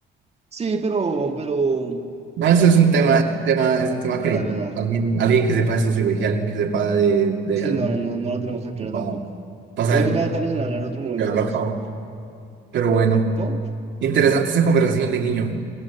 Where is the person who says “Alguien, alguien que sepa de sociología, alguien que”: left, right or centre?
Right